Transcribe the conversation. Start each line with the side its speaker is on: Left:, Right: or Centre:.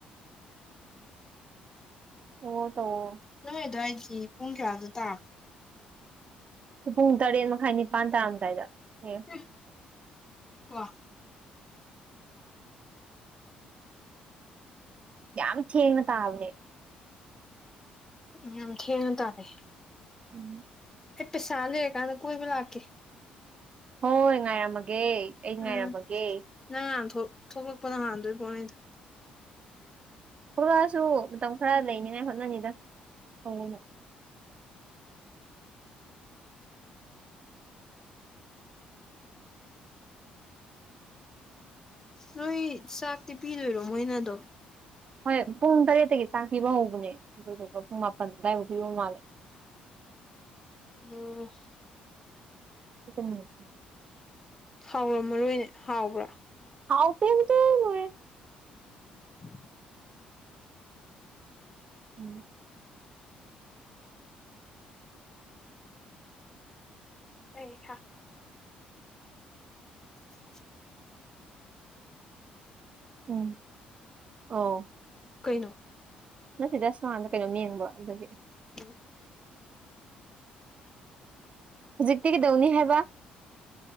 Right: ꯑꯣ ꯇꯧꯑꯣ
Left: ꯅꯣꯏ ꯑꯗꯨꯋꯥꯢꯗꯗꯤ ꯄꯨꯡꯀꯌꯥꯗꯇꯒꯦ
Right: ꯄꯨꯡ ꯇꯔꯦꯠ ꯃꯈꯥꯏ ꯅꯤꯄꯥꯟ ꯇꯥꯔꯝꯗꯥꯏꯗ ꯑꯦ
Left: <unintelligible> ꯀꯣ
Right: ꯌꯥꯝ ꯊꯦꯡꯅ ꯇꯥꯕꯅꯦ
Left: ꯌꯥꯝ ꯊꯦꯡꯅ ꯇꯌꯦ
Right: ꯎꯝ
Left: ꯑꯩ ꯄꯩꯁꯥ ꯂꯩꯔ ꯀꯥꯟꯗ ꯀꯣꯏꯕ ꯂꯛꯀꯦ
Right: ꯍꯣꯏ ꯉꯥꯏꯔꯝꯃꯒꯦ ꯑꯩ ꯉꯥꯏꯔꯝꯃꯒꯦ
Left: ꯎꯝ ꯅꯪ ꯉꯥꯟ ꯊꯣꯛ ꯊꯣꯛꯂꯛꯄꯅ ꯍꯥꯟꯗꯣꯏ ꯄꯣꯠꯅꯤꯗ
Right: ꯊꯣꯛꯂꯛꯑꯁꯨ ꯃꯇꯝ ꯈꯔ ꯂꯩꯅꯤꯉꯥꯏ ꯍꯣꯠꯅꯅꯤꯗ <unintelligible>
Left: ꯅꯣꯏ ꯆꯥꯛꯇꯤ ꯄꯤꯔꯤꯔꯣ ꯃꯣꯏꯅꯑꯗꯨꯝ
Right: ꯍꯣꯏ ꯄꯨꯡ ꯇꯔꯦꯠꯇꯒꯤ ꯆꯥꯛ ꯄꯤꯕ ꯍꯧꯕꯅꯦ ꯑꯗꯨꯗꯨꯒ ꯄꯨꯡ ꯃꯥꯄꯟ ꯑꯗꯨꯗꯥꯏꯐꯥꯎ ꯄꯤꯕ ꯃꯥꯜꯂꯦ
Left: ꯎꯝ
Right: <unintelligible>
Left: ꯍꯥꯎꯔꯝ ꯃꯔꯣꯏꯅꯦ ꯍꯥꯎꯕ꯭ꯔꯥ
Right: ꯍꯥꯎꯇꯦ <unintelligible> ꯂꯣꯢꯔꯦ
Left: <unintelligible>
Right: ꯎꯝ
Left: ꯑꯩ ꯈ <unintelligible>
Right: ꯎꯝ ꯑꯣ
Left: ꯀꯩꯅꯣ
Right: ꯅꯠꯇꯦꯗ ꯁꯣꯝꯅꯀꯟꯗ ꯀꯩꯅꯣꯝ ꯌꯦꯡꯕ ꯑꯗꯨꯒꯤ
Left: ꯎꯝ
Right: ꯍꯧꯖꯤꯛꯇꯤ ꯀꯩꯗꯧꯅꯤ ꯍꯥꯏꯕ